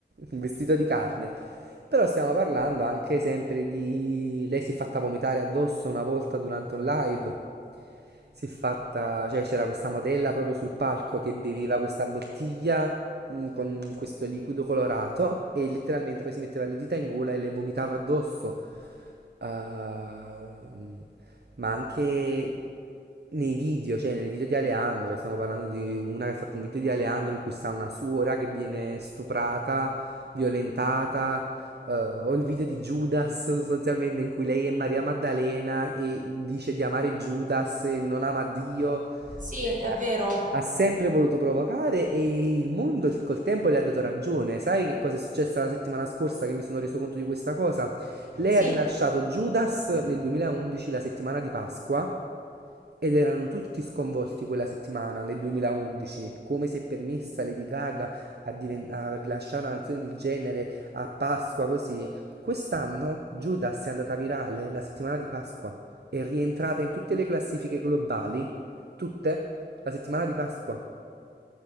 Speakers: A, on the right (about 65°); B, on the right (about 45°).
A: un vestito di carne. Però stiamo parlando anche sempre di... Lei si è fatta vomitare addosso una volta durante un live. Si è fatta... Cioè, c'era questa modella proprio sul palco che beveva questa bottiglia mm, con questo liquido colorato e letteralmente poi si metteva le dita in gola e le vomitava addosso. Ehm, ma anche nei video, cioè nel video di Aleandro, stiamo parlando di una che ha fatto un video di Aleandro in cui sta una suora che viene stuprata, violentata, eh, o il video di Judas sostanzialmente in cui lei è Maria Maddalena e dice di amare Judas e non ama Dio.
B: Sì,
A: Cioè,
B: è vero.
A: ha sempre voluto provocare e il mondo il- col tempo le ha dato ragione. Sai che cosa è successo la settimana scorsa che mi sono reso conto di questa cosa? Lei
B: Sì,
A: ha rilasciato Judas nel 2011, la settimana di Pasqua, ed erano tutti sconvolti quella settimana, nel 2011. Come si è permessa Lady Gaga a, diven- a rilasciare una canzone del genere a Pasqua così? Quest'anno Judas è andata virale la settimana di Pasqua. È rientrata in tutte le classifiche globali, tutte, la settimana di Pasqua.